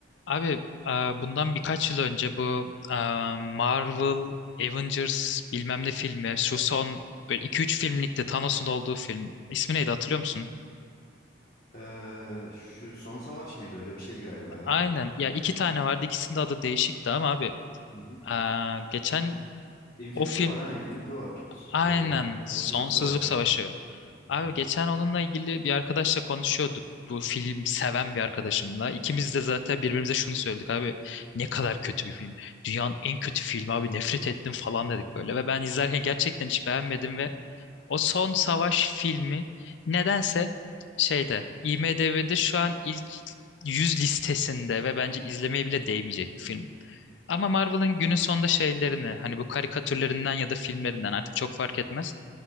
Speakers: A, on the left; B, on the left.
A: Abi e, bundan birkaç yıl önce bu e, Marvel Avengers bilmem ne filmi şu son 2-3 filmlikte Thanos'un olduğu film. İsmi neydi hatırlıyor
B: Hı
A: musun?
B: hı. Ee, şu son savaş mıydı? Öyle bir şeydi galiba ya.
A: Aynen ya iki tane vardı ikisinin de adı değişikti ama abi
B: Hı hı.
A: e, geçen
B: Infinity
A: o film
B: var ha, Infinity var.
A: aynen
B: Ee,
A: Sonsuzluk
B: sonsuzluk savaşı.
A: Savaşı.
B: Hı
A: Abi
B: hı.
A: geçen onunla ilgili bir arkadaşla konuşuyorduk. Bu film seven bir arkadaşımla. İkimiz de zaten birbirimize şunu söyledik abi. Ne kadar kötü bir film. Dünyanın en kötü filmi abi nefret ettim falan dedik böyle. Ve ben izlerken gerçekten hiç beğenmedim ve o son savaş filmi nedense şeyde IMDb'de şu an ilk 100 listesinde ve bence izlemeye bile değmeyecek bir film. Ama Marvel'ın günün sonunda şeylerini hani bu karikatürlerinden ya da filmlerinden artık çok fark etmez